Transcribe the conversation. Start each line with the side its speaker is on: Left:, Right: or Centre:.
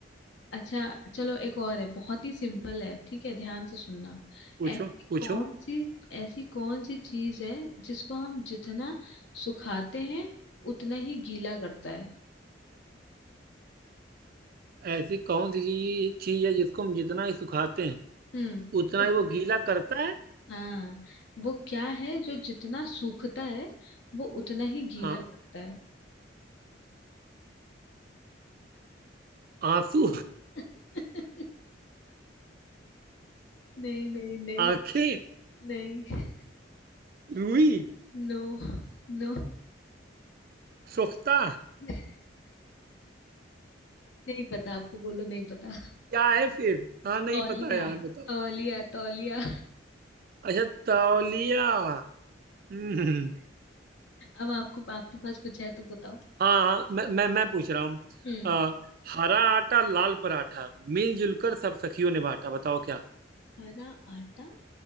Left: अच्छा चलो एक और है बहुत ही सिंपल है ठीक है ध्यान से सुनना
Right: पूछो
Left: ऐसी
Right: पूछो
Left: कौन सी ऐसी कौन सी चीज है जिसको हम जितना सुखाते हैं उतना ही गीला करता है
Right: ऐसी कौन सी चीज चीज है जिसको हम जितना ही सुखाते हैं
Left: हम्म
Right: उतना
Left: तो-
Right: ही वो गीला करता है
Left: हाँ वो क्या है जो जितना सूखता है वो उतना ही गीला
Right: हाँ
Left: करता है
Right: आंसू
Left: <laughs> नहीं नहीं नहीं
Right: आंखें
Left: नहीं
Right: रूई
Left: नो नो
Right: सोखता
Left: <laughs> नहीं पता आपको बोलो नहीं पता
Right: क्या है फिर हाँ नहीं
Left: तौलिया
Right: पता यार बताओ
Left: तौलिया तौलिया
Right: अच्छा तौलिया हम्म,
Left: अब आपको आपके पास कुछ है तो बताओ
Right: हाँ मैं मैं मैं पूछ रहा हूँ
Left: हम्म
Right: अ, हरा आटा लाल पराठा मिलजुल कर सब सखियों ने बांटा बताओ क्या
Left: हरा आटा